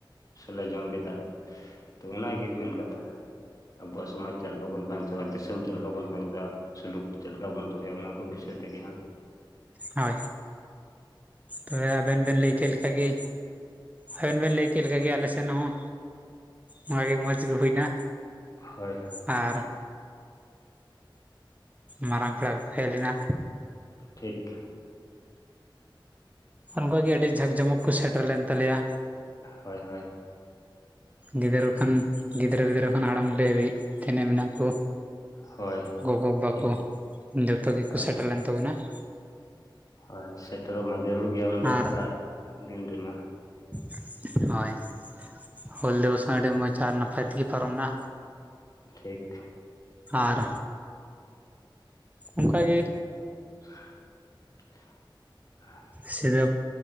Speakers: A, on the left; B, on the right.
A: ᱥᱮ ᱞᱮ ᱡᱚᱢ ᱠᱮᱫᱟ᱾ ᱛᱚ ᱚᱱᱟᱜᱮ ᱢᱮᱱ ᱠᱟᱛᱷᱟ᱾ ᱟᱵᱚᱣᱟᱜ ᱥᱚᱢᱟᱡᱽ ᱪᱮᱫᱞᱮᱠᱟ ᱵᱚᱱ ᱵᱟᱧᱪᱟᱣᱟ ᱫᱤᱥᱚᱢ ᱪᱮᱫᱞᱮᱠᱟ ᱵᱚᱱ ᱵᱟᱧᱪᱟᱣᱟ᱾ ᱪᱷᱟᱠ ᱥᱩᱞᱩᱠ ᱪᱮᱫ ᱞᱮᱠᱟ ᱵᱚᱱ ᱫᱚᱦᱚᱭᱟ ᱚᱱᱟ ᱠᱚ ᱵᱤᱥᱚᱭ ᱛᱮᱜᱮ ᱦᱟᱸᱜ᱾
B: ᱦᱳᱭ, ᱛᱚᱵᱮ ᱟᱵᱮᱱ ᱵᱮᱱ ᱞᱟᱹᱭ ᱠᱮᱫ ᱞᱮᱠᱟᱜᱮ, ᱟᱵᱮᱱ ᱵᱮᱱ ᱞᱟᱹᱭ ᱮᱠᱟᱜᱮ ᱟᱞᱮ ᱥᱮᱱ ᱦᱚᱸ ᱚᱱᱟᱜᱮ ᱢᱚᱡᱽ ᱜᱮ ᱦᱩᱭᱱᱟ᱾
A: ᱦᱳᱭ᱾
B: ᱟᱨ, ᱢᱟᱨᱟᱝ ᱯᱮᱲᱟ ᱯᱷᱮᱞᱱᱟ᱾
A: ᱴᱷᱤᱠ᱾
B: ᱚᱱᱠᱚ ᱜᱮ ᱟᱹᱰᱤ ᱡᱷᱟᱠ ᱡᱷᱚᱢᱚᱠ ᱠᱚ ᱥᱮᱴᱮᱨ ᱞᱮᱱ ᱛᱟᱞᱮᱭᱟ᱾
A: ᱦᱳᱭ ᱦᱳᱭ᱾
B: ᱜᱤᱫᱽᱨᱟᱹ ᱠᱷᱚᱱ, ᱜᱤᱫᱽᱨᱟᱹ ᱯᱤᱫᱽᱨᱟᱹ ᱠᱷᱚᱱ ᱦᱟᱲᱟᱢ ᱵᱩᱰᱷᱤ ᱦᱟᱹᱵᱤᱡ ᱛᱮᱱᱮᱡ ᱢᱮᱱᱟᱜ ᱠᱚ᱾
A: ᱦᱳᱭ
B: ᱜᱚᱜᱚᱼᱵᱟ᱾
A: ᱴᱷᱤᱠ
B: ᱠᱚ ᱡᱚᱛᱚ ᱜᱮᱠᱚ
A: ᱦᱳᱭ
B: ᱥᱮᱴᱮᱨ ᱞᱮᱱ ᱛᱟᱵᱚᱱᱟᱹ ᱾
A: ᱦᱳᱭ, ᱥᱮᱴᱮᱨᱚᱜ ᱢᱟ ᱡᱟᱹᱨᱩᱲ ᱜᱮᱭᱟ ᱚᱸᱰᱮ
B: ᱟᱨ
A: ᱟᱜ ᱫᱤᱱ ᱨᱮᱢᱟ᱾
B: <inaudible> ᱦᱳᱭ, ᱦᱩᱞ ᱫᱤᱣᱚᱥ ᱦᱚᱸ ᱟᱹᱰᱤ ᱢᱚᱸᱡᱽ ᱟᱨ ᱱᱟᱯᱟᱭ ᱛᱮᱜᱮ ᱯᱟᱨᱚᱢᱱᱟ᱾
A: ᱴᱷᱤᱠ᱾
B: ᱟᱨ, ᱚᱱᱠᱟᱜᱮ᱾
A: <unintelligible>
B: ᱥᱤᱫᱟᱹ